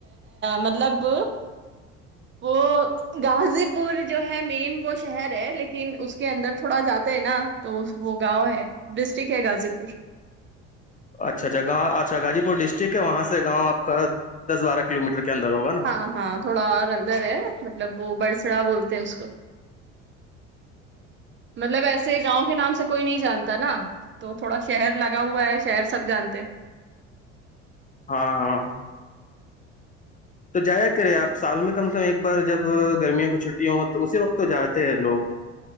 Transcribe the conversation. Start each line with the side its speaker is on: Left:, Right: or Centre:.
Right: مطلب وہ غازی پور جو ہے مین وہ شہر ہے لیکن اس کے اندر تھوڑا جاتے ہے نا تو وہ گاؤں ہے ڈسٹرکٹ ہے غازی پور
Left: اچھا اچھا اچھا غازی پور ڈسٹرکٹ ہے وہاں سے گاؤں آپ کا دس بارہ کلو میٹر کے اندر ہوگا نا
Right: ہاں ہاں تھوڑا اور اندر ہے مطلب وہ بڑسڑا بولتے ہیں اس کو مطلب ایسے گاؤں کے نام سے کوئی نہیں جانتا نا تو تھوڑا شہر لگا ہوا ہے شہر سب جانتے
Left: ہاں ہاں تو جایا کرے آپ سال میں کم سے کم ایک بار جب گرمیوں کی چھٹٹییا ہو تو اسی وقت تو جاتے ہیں لوگ